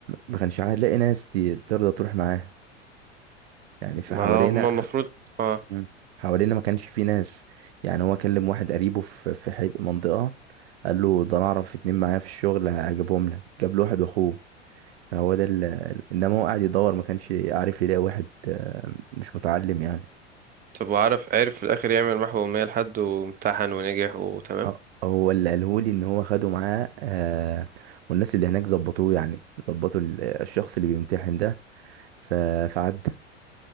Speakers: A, on the right; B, on the right.
A: ما كانش عارف لاقي ناس ت- ترضى تروح معاه يعني فحوالينا
B: ما هما المفروض اه
A: مم. حوالينا ما كانش في ناس يعني هو كلم واحد قريبه في في حي- منطقة قال له ده انا اعرف اتنين معايا في الشغل هجيبهم لك جاب له واحد واخوه فهو ده ال- انما هو قاعد يدور ما كانش عارف يلاقي واحد آه، مش متعلم يعني
B: طب وعرف عرف في الآخر يعمل محو أمية لحد وامتحن ونجح وتمام
A: آه، هو اللي قاله لي ان هو خده معاه آه، والناس اللي هناك ظبطوه يعني ظبطوا ال- الشخص اللي بيمتحن ده ف- فعدى